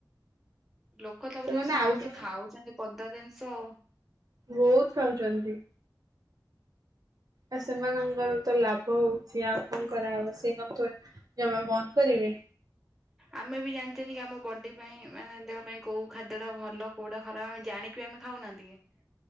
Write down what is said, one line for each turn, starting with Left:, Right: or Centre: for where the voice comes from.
Centre: ଲୋକ ତାପରେ
Right: ସେମାନେ
Centre: ସମସ୍ତେ
Right: ଆଉ କିଛି
Centre: ଖାଉଛନ୍ତି ପଦା ଜିନିଷ ଆଉ।
Right: ବହୁତ ଖାଉଛନ୍ତି। ଆ ସେମାନଙ୍କର ତ ଲାଭ ହଉଛି ଆଉ କଣ କରାହବ ସେ କଣ। <unintelligible> ଜମା ବନ୍ଦ କରିବେ।
Centre: ଆମେ ବି ଜାଣିଛନ୍ତି କି ଆମ ବଡି ପାଇଁ ମାନେ ଦେହ ପାଇଁ କୋଉ ଖାଦ୍ୟ ଟା ଭଲ କୋଉଟା ଖରାପ ଆମେ ଜାଣି କି ଆମେ ଖାଉନାହାନ୍ତିକି?